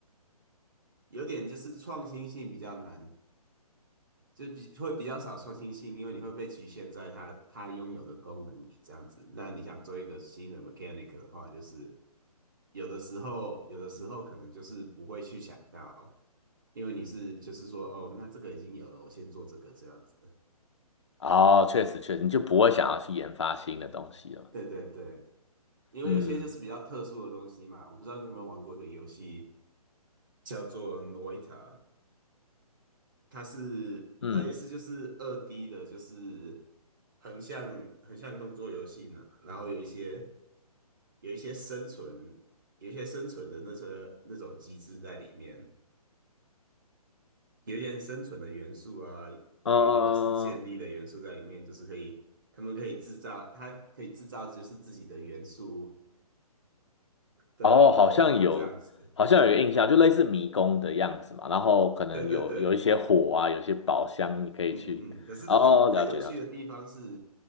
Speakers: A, on the right (about 30°); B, on the left (about 50°).
A: 有点就是创新性比较难，就比会比较少创新性，因为你会被局限在它它拥有的功能里这样子。那你想做一个新的 mechanic 的话，就是有的时候有的时候可能就是不会去想到，因为你是就是说哦，那这个已经有了，我先做这个这样子。
B: 哦，确实确实，你就不会想要去研发新的东西了。
A: 对对对，因为有些就是比较特殊的东西嘛，
B: 嗯
A: 我不知道你有没有玩过一个游戏叫做 Noita。它是它也是就是二
B: 嗯，嗯。
A: D 的，就是横向横向动作游戏呢，然后有一些有一些生存，有一些生存的那些那种机制在里面，有一点生存的元素啊，
B: 嗯嗯
A: 有一点就是建立的元素在里面，就是可以他们可以制造，它可以制造就是自己的元素的魔法这样子。
B: 哦，好像有，好像有一个印象，就类似迷宫的样子嘛。然后可能有有一些火啊，
A: 对对对，
B: 有些宝箱你可以去。
A: 嗯嗯嗯。可是它它有趣的地方是，
B: 哦，了解了解。